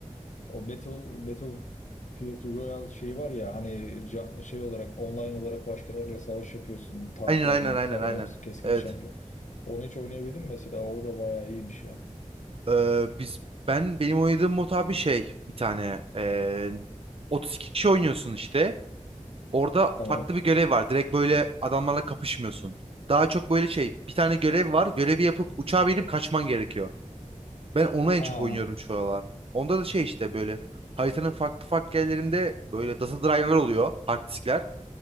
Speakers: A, on the left (about 70°); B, on the right (about 50°).
A: o Battle Battlefield Royal şeyi var ya hani ca- şey olarak online olarak başkalarıyla savaş yapıyorsun. Tanklar,
B: Aynen aynen
A: maklar
B: aynen aynen.
A: var, keskin
B: Evet.
A: nişancı. Onu hiç oynayabildim mi mesela. O da bayağı iyiymiş ya.
B: Ee, biz ben benim oynadığım mod abi şey bir tane ee, 32 kişi oynuyorsun işte. Orada
A: Tamam.
B: farklı bir görev var. Direkt böyle adamlarla kapışmıyorsun. Daha çok böyle şey bir tane görev var. Görevi yapıp uçağa binip kaçman gerekiyor. Ben onu en
A: Ha,
B: çok oynuyorum şu aralar. Onda da şey işte böyle haritanın farklı farklı yerlerinde böyle data driver oluyor hard diskler.